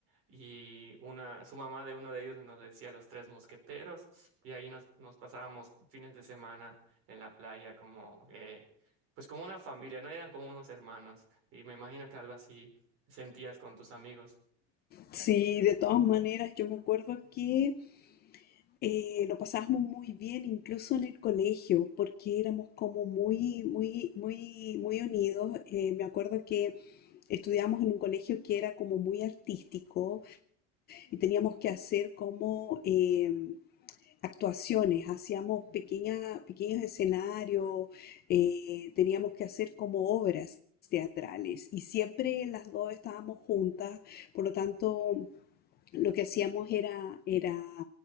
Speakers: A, on the right; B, on the left.
A: y una, su mamá de uno de ellos nos decía Los Tres Mosqueteros, y ahí nos, nos pasábamos fines de semana en la playa, como, eh, pues como una familia, ¿no? Eran como unos hermanos, y me imagino que algo así sentías con tus amigos.
B: Sí, de todas maneras, yo me acuerdo que Eh, lo pasábamos muy bien, incluso en el colegio, porque éramos como muy, muy, muy, muy unidos. Eh, me acuerdo que estudiábamos en un colegio que era como muy artístico y teníamos que hacer como eh, actuaciones, hacíamos pequeña- pequeños escenarios, eh, teníamos que hacer como obras. teatrales y siempre las dos estábamos juntas, por lo tanto lo que hacíamos era, era